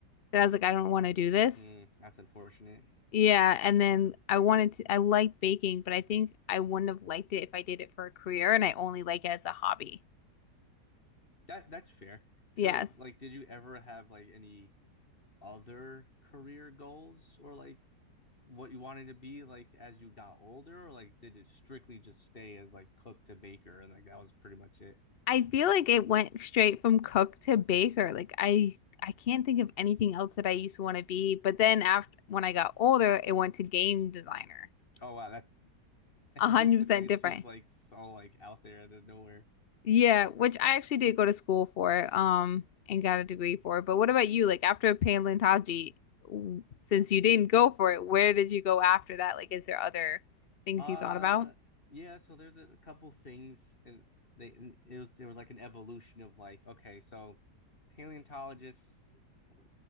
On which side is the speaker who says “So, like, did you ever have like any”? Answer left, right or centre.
Left